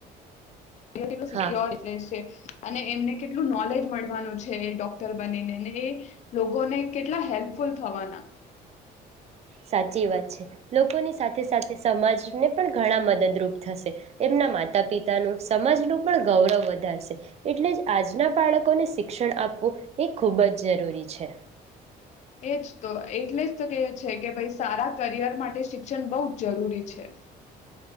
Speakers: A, on the left; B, on the right.
A: તે કેટલો સિક્યોર
B: હા
A: એટલે સેફ અને એમને કેટલું નોલેજ મળવાનું છે એ ડોક્ટર બનીને એ લોકોને કેટલા હેલ્પફુલ થવાના.
B: સાચી વાત છે. લોકોની સાથે સાથે સમાજને પણ ઘણા મદદરૂપ થશે. એમના માતા પિતાનું સમાજનું પણ ગૌરવ વધારશે. એટલે જ આજના બાળકોને શિક્ષણ આપવું એ ખૂબ જ જરૂરી છે.
A: એ જ તો એટલે જ તો કહીએ છે કેમ કે ભાઈ સારા કરિયર માટે શિક્ષણ બહું જરૂરી છે.